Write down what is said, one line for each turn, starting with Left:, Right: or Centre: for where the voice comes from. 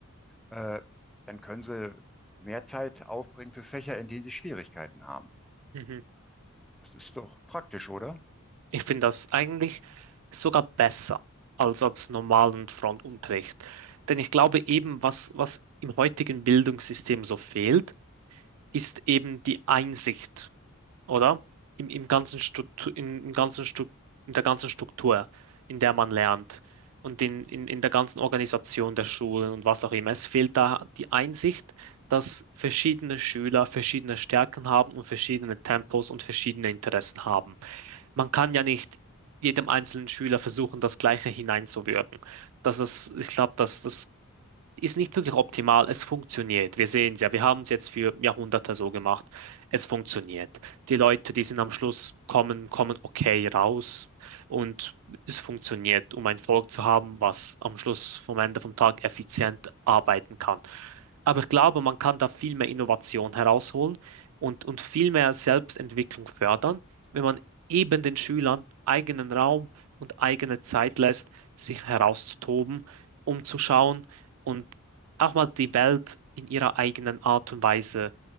Centre: äh, dann können sie mehr Zeit aufbringen für Fächer, in denen sie Schwierigkeiten haben.
Right: Mhm.
Centre: Das ist doch praktisch, oder?
Right: Ich finde das eigentlich sogar besser als als normalen Frontunterricht. Denn ich glaube eben, was, was im heutigen Bildungssystem so fehlt, ist eben die Einsicht, oder? Im, im ganzen Struktur, in, im ganzen Stru- in der ganzen Struktur, in der man lernt und in, in, in der ganzen Organisation der Schulen und was auch immer. Es fehlt da die Einsicht, dass verschiedene Schüler verschiedene Stärken haben und verschiedene Tempos und verschiedene Interessen haben. Man kann ja nicht jedem einzelnen Schüler versuchen, das Gleiche hineinzuwirken. Das ist, ich glaube, das, das ist nicht wirklich optimal. Es funktioniert. Wir sehen es ja. Wir haben es jetzt für Jahrhunderte so gemacht. Es funktioniert. Die Leute, die sind am Schluss kommen, kommen okay raus. Und es funktioniert, um ein Volk zu haben, was am Schluss vom Ende vom Tag effizient arbeiten kann. Aber ich glaube, man kann da viel mehr Innovation herausholen und, und viel mehr Selbstentwicklung fördern, wenn man eben den Schülern eigenen Raum und eigene Zeit lässt, sich herauszutoben, um zu schauen, und auch mal die Welt in ihrer eigenen Art und Weise